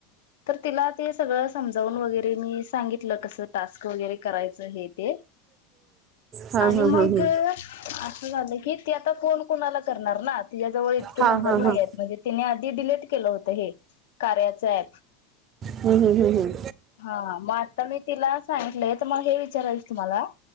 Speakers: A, on the left (about 80°); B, on the right (about 30°).
A: तर तिला ते सगळं समजावून वगैरे मी सांगितलं कसं टास्क वगैरे करायचं हे ते
B: हां
A: आणि
B: हां
A: मग
B: हां
A: असं झालं की त्या आता कोण कोणाला करणार ना. तिच्या जवळ इतके
B: हां
A: नंबर
B: हां
A: नाहीयेत
B: हां
A: म्हणजे तिने आधी डलेट केलं होत हे कार्याच ॲप
B: हं, हं, हं, हं.
A: हा म आता मी तिला सांग नाही त मग हे विचारायच तुम्हाला